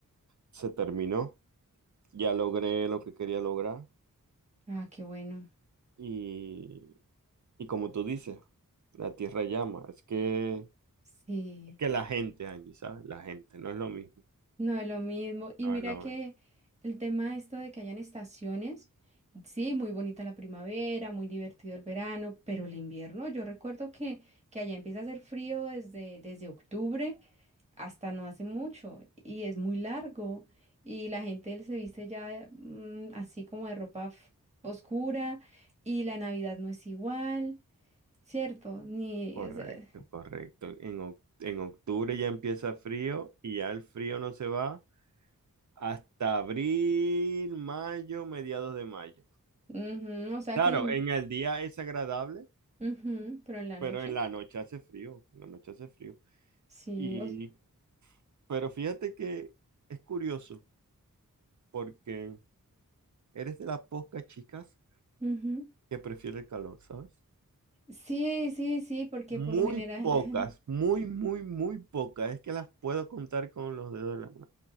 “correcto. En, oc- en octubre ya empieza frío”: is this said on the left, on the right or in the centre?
Right